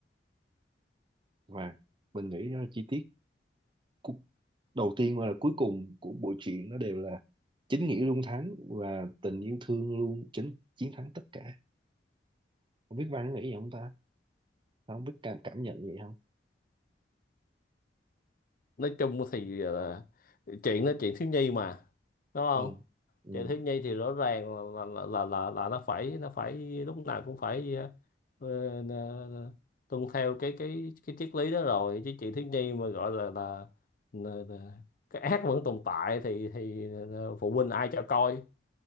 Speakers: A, on the right (about 30°); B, on the left (about 50°).
A: và mình nghĩ đó là chi tiết cu- đầu tiên và là cuối cùng của bộ truyện nó đều là chính nghĩa luôn thắng và tình yêu thương luôn chính chiến thắng tất cả không biết Văn nghĩ gì không ta không biết cảm cảm nhận gì không
B: nói chung thì là chuyện nó chuyện thiếu nhi mà đúng không
A: ừ ừ
B: chuyện thiếu nhi thì rõ ràng là là là là, là nó phải nó phải lúc nào cũng phải ờ, ờ, ờ, tuân theo cái cái cái triết lý đó rồi chứ chuyện thiếu nhi mà gọi là là, là, là cái ác vẫn tồn tại thì thì ờ, phụ huynh ai cho coi